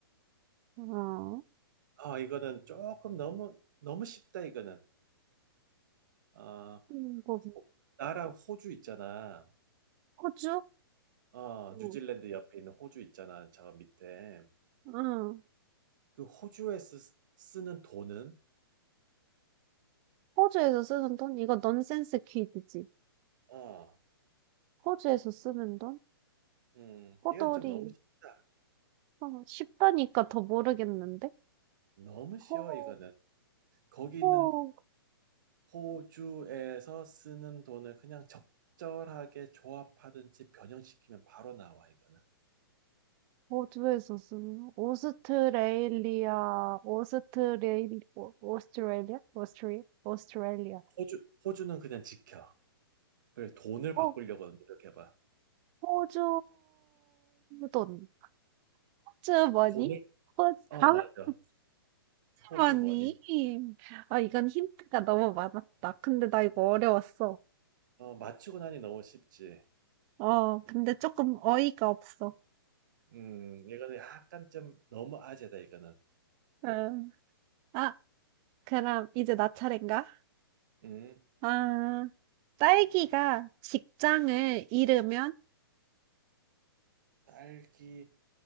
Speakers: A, on the right (about 30°); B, on the right (about 55°).
A: 어,
B: 아, 이거는 조금 너무, 너무 쉽다, 이거는. 아,
A: 이거,
B: 호- 나랑 호주 있잖아.
A: 호주?
B: 어,
A: 응,
B: 뉴질랜드 옆에 있는 호주 있잖아, 저 밑에.
A: 응.
B: 그 호주에서 쓰- 쓰는 돈은
A: 호주에서 쓰는 돈? 이거 넌센스 퀴즈지.
B: 어,
A: 호주에서 쓰는 돈?
B: 음,
A: 호돌이.
B: 이건 좀 너무 쉽다.
A: 어, 쉽다니까 더 모르겠는데?
B: 너무 쉬워
A: 호,
B: 이거는. 거기
A: 호.
B: 있는 호주에서 쓰는 돈을 그냥 적절하게 조합하든지 변형시키면 바로 나와 이거는.
A: 호주에서쓰는 오스트레일리아, 오스트레일, 오- 오스트레일리아? 오스트리, 오스트레일리아.
B: 호주 호주는 그냥 지켜. 그래 돈을
A: 어,
B: 바꾸려고 노력해봐.
A: 호주 돈. 호주 머니?
B: 돈을
A: 호주,
B: 어
A: 아,
B: 맞아.
A: 호주
B: 호주
A: 머니.
B: 머니.
A: 아, 이건 힌트가 너무 많았다. 근데 나 이거 어려웠어.
B: 어 맞추고 나니 너무 쉽지.
A: 어, 근데 조금 어이가 없어.
B: 음 이거는 약간 좀 너무 아재다 이거는.
A: 응. 아, 그럼 이제 나 차례인가?
B: 음
A: 아, 딸기가 직장을 잃으면,
B: 딸기